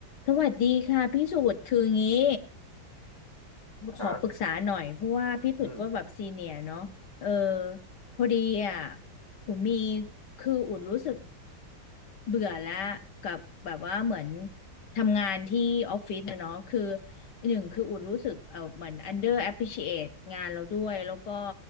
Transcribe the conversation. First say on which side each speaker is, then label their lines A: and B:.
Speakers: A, on the left; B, on the right.
A: สวัสดีค่ะพี่สุดคืองี้ขอปรึกษาหน่อยเพราะว่าพี่สุดก็แบบซีเนียร์เนาะเออ
B: ครับอืม
A: พอดีอ่ะอุ่นมีคืออุ่นรู้สึก เบื่อแล้วกับแบบว่าเหมือนทำงานที่ออฟฟิศนะเนาะคือหนึ่งคืออุ่นรู้สึกเออเหมือน under appreciate งานเราด้วยแล้วก็